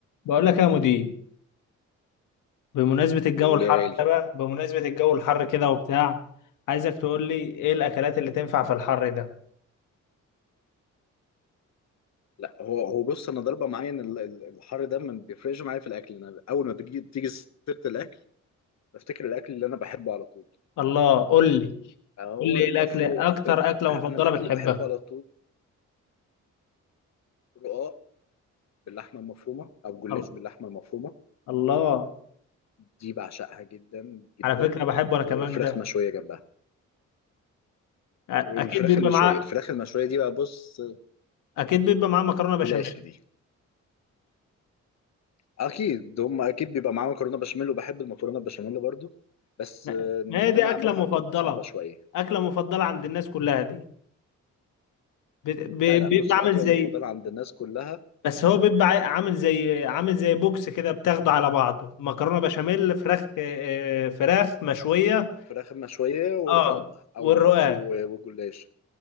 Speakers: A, on the left; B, on the left.
A: بقول لك يا مدير بمناسبة الجو
B: بقول
A: الحر
B: يا غالي
A: ده بقى بمناسبة الجو الحر كده وبتاع عايزك تقول لي ايه الاكلات اللي تنفع في الحر ده
B: لا هو هو بص انا ضربه معايا ان ال- ال- الحر ده ما بيفرقش معايا في الاكل انا اول ما بتيجي تيجي سيره الاكل بفتكر الاكل اللي انا بحبه على طول
A: الله قول لي
B: هو
A: قول لي
B: المفروض
A: إيه الاكل اكتر اكلة
B: انا
A: مفضلة
B: الاكل
A: بتحبها
B: اللي بحبه على طول رقاق باللحمه المفرومه او جلاش
A: ال-
B: باللحمه المفرومه
A: الله
B: دي بعشقها جدا جدا
A: على فكرة بحبه
B: وفراخ
A: انا كمان ده
B: مشويه جنبها والفراخ
A: أ- اكيد بيبقى
B: المشويه
A: معاه
B: الفراخ المشويه دي بقى بص
A: اكيد بيبقى معاه مكرونة بشاميل
B: دي العشق دي اكيد هم اكيد بيبقى معاهم مكرونه بشاميل وبحب المكرونه بشاميل برضو بس
A: ما
B: آه، ان
A: ما هي دي
B: انا
A: اكلة
B: اعملها
A: مفضلة
B: بتبقى صعبه شويه
A: اكلة مفضلة عند الناس كلها دي بت- ب-
B: لا لا
A: بيبقى
B: بص الاكله
A: عامل زي
B: المفضله عند الناس كلها
A: بس هو بيبقى عا- عامل زي عامل زي بوكس كده بتاخده على بعضه مكرونه بشاميل فراخ آه، فراخ مشويه
B: فراخ مشويه ورقاق
A: اه
B: او
A: والرقاق
B: م- او وجلاش